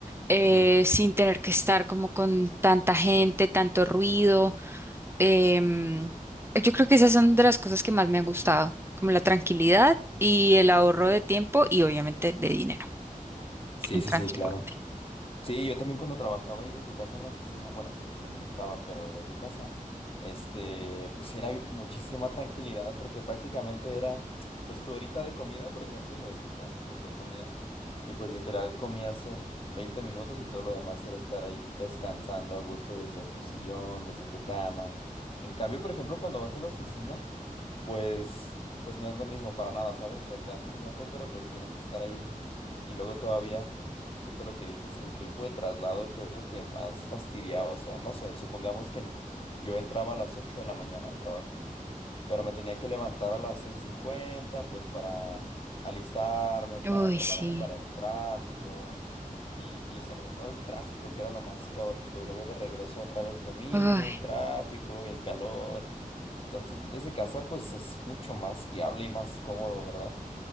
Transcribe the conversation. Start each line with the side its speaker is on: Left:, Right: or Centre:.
Right: eh,
Left: Sí,
Right: sin tener que estar como con tanta gente, tanto ruido. Em, yo creo que esas son de las cosas que más me ha gustado, como la tranquilidad y el ahorro de tiempo y obviamente de dinero
Left: sí,
Right: en
Left: sí,
Right: transporte.
Left: sí, claro. Sí, yo también cuando trabajaba ahí desde casa en la oficina, bueno, en donde estaba, pero desde casa, este, pues sí era bi- muchísima tranquilidad porque prácticamente era, pues tu horita de comida, por ejemplo, ya ves que te dan un tiempo de comida, y pues literal comías en 20 minutos y todo lo demás era estar ahí descansando a gusto desde tu sillón, desde tu cama. En cambio, por ejemplo, cuando vas a la oficina, pues, pues no es lo mismo para nada, ¿sabes? O sea, te dan tu tiempo, pero pues tienes que estar ahí y luego todavía Justo lo que dices, el tiempo de traslado, que es lo que más fastidiaba. O sea, no sé, supongamos que yo entraba a las 8 de la mañana al trabajo, pero me tenía que levantar a las seis cincuenta pues para alistarme, para
Right: Uy,
Left: prepararme
Right: sí.
Left: para el tráfico y, y sobre todo el tráfico, que era lo más caótico. Y luego de regreso otra vez lo mismo,
Right: Uy.
Left: el tráfico, el calor. Entonces, desde casa, pues es mucho más viable y más cómodo, ¿verdad?